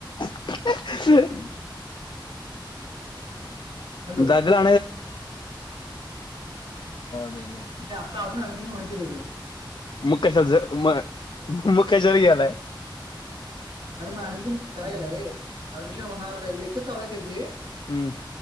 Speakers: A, on the left; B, on the right.
A: <unintelligible> <inaudible> <unintelligible> <inaudible>
B: हॅलो
A: दादाला <unintelligible> <inaudible>
B: त अजून <unintelligible> <inaudible>
A: मग कशाच <unintelligible> <inaudible>
B: अरे मग ऍडमिशन कराय गेला रे, डमिशन होणार, <unintelligible> चालू आहे त्याची
A: हम्म